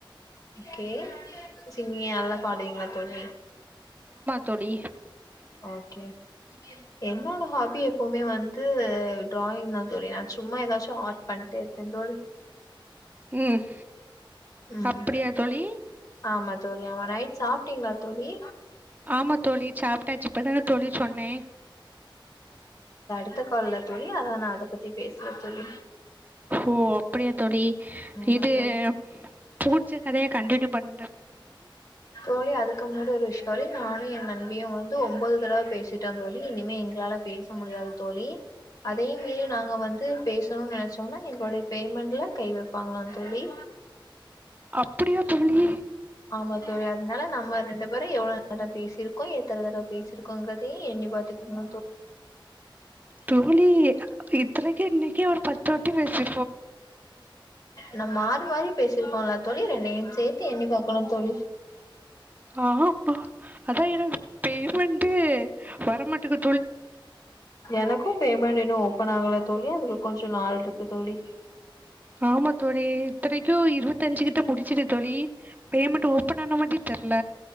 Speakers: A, on the left; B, on the right.
A: கே சிங்கிய நல்லா பாடுவீங்களா தோழி
B: தோளி
A: ஓகே என்னோட ஹாபி எப்பவுமே வந்து டிராயிங் தா தோழி நா சும்மா ஏதாச்சு ஆர்ட் பண்ட்டே இருப்ப தோழி
B: உம்
A: ம்
B: அப்படியா தோழி
A: ஆமா தோழி ஆமா நைட் சாப்ட்டீங்களா தோழி
B: ஆமா தோழி சாப்ட்டாச்சு இப்பதான தோழி சொன்னே
A: டுத்த காால்ல தோழி அத நா அத பத்தி பேசல தோழி
B: ஓ அப் அப்படியா தோழி
A: ஆமா
B: இது
A: தோழி
B: பூ மிச்ச கதையை கண்டினியூ பன்
A: தோழி அதுக்கு முன்னாடி ஒரு விஷய தோழி நானும் எ நண்பியும் வந்து ஒம்போது தடவை பேசிட்டோ தோழி இனிமே எங்களால பேச முடியாது தோழி அதையு மீறி நாங்க வந்து பேச னொன் நெனைச்சோம்னா எங்களொடைய பேமெண்ட்ல கை வெப்பாங்களா தோழி
B: அப்படியா தோழி
A: ஆமா தோழி அதனால நம்ம ரெண்டு பேரு எவ்வளோ நேர பேசிருக்கோம் எத்தன தடவ பேசிருக்கோங்கிறதையும் எண்ணி பாத்துக்கோங்க
B: தோழி இத்தனைக்கு இன்னைக்கே ஒரு பத் து வாட்டி பேசி
A: நா மாறி மாறி பேசி இருக்கோல தோழி என்னையும் சேர்த்து என்னி பாக்கணும் தோழி
B: ஆஹ் அப்பா அதான் எனக்கு பேமெண்டே வரமாட்டங்து
A: எனக்கும் பேமெண்ட் இன்னும் ஓபன் ஆகல தோழி அதுக்கு கொஞ்ச நாள்ருக்கு தோழி
B: ஆமா தோழி இத்தனைக்கு இருபத்தஞ்சு கிட்ட முடிச்சுட்ட தோழி பேமெண்ட் ஓபன் ஆன மாட்டி தெர்ல